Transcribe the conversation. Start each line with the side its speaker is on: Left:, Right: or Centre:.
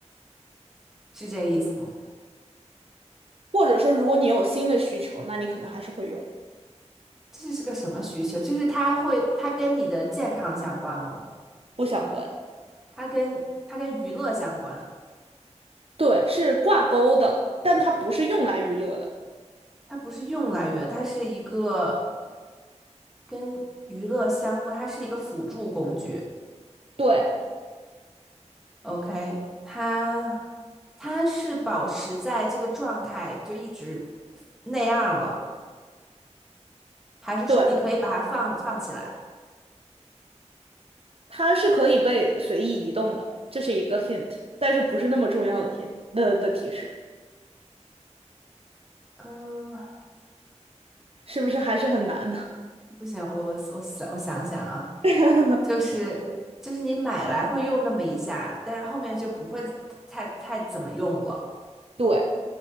Centre: 是这意思吗？
Right: 或者说如果你有新的需求，那你可能还是会用，
Centre: 这是个什么需求？就是它会，它跟你的健康相关吗？
Right: 不相关。
Centre: 它跟它跟娱乐相关，
Right: 对，是挂钩的，但它不是用来娱乐的。
Centre: 它不是用来娱乐，它是一个跟娱乐相关，它是一个辅助工具。
Right: 对，
Centre: OK，它它是保持在这个状态就一直那样了，还是说你可以把它放放起来？
Right: 对，它是可以被随意移动的，这是一个 hint，但是不是那么重要的 hint 的的提示，
Centre: 嗯，
Right: 是不是还是很难的？
Centre: 不行，我我我想我想想啊，
Right: <laughs>
Centre: 就是就是你买来会用那么一下，但是后面就不会太太怎么用了，
Right: 对，